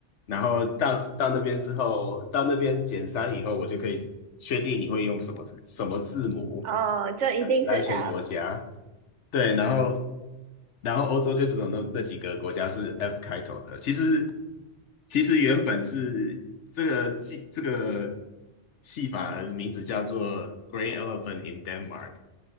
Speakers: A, on the left; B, on the right.
A: 然后到到那边之后，到那边减三以后，我就可以确定你会用什么什么字母
B: 哦，就一定是
A: 呃来选国家。
B: F。
A: 对，然后然后欧洲就只有那那几个国家是 F 开头的。其实其实原本是这个戏这个戏法的名字叫做《g r e e n Elephant in Denmark》，